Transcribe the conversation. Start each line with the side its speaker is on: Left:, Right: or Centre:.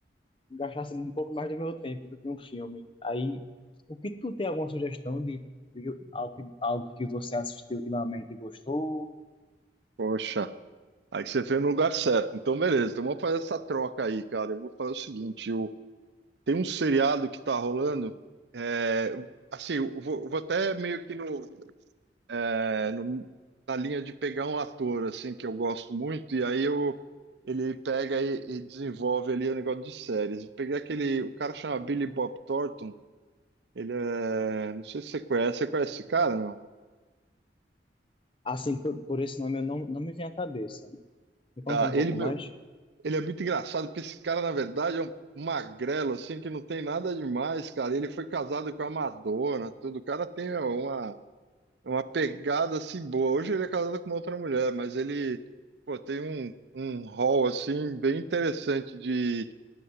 Left: gastasse um pouco mais do meu tempo do que um filme. Aí, o que tu tem alguma sugestão de, de algo, que- algo que você assistiu ultimamente e gostou?
Right: Poxa. Aí você veio no lugar certo. Então, beleza, então vamos fazer essa troca aí, cara. Eu vou fazer o seguinte: eu, tem um seriado que tá rolando. é, assim, eu vou, eu vou até meio que no, é, no- na linha de pegar um ator, assim, que eu gosto muito, e aí eu, ele pega e, e desenvolve ali o negócio de séries. Eu peguei aquele. O cara chama Billy Bob Thornton. Ele é. Não sei se você conhece. Você conhece esse cara, não?
Left: Assim, por, por esse nome eu não, não me vem à cabeça. Me conta
Right: Tá,
Left: um pouco
Right: ele,
Left: mais?
Right: Ele é muito engraçado, porque esse cara, na verdade, é um magrelo, assim, que não tem nada demais, cara. Ele foi casado com a Madonna, tudo. O cara tem uma, uma pegada, assim, boa. Hoje ele é casado com uma outra mulher, mas ele, pô, tem um, um rol, assim, bem interessante de,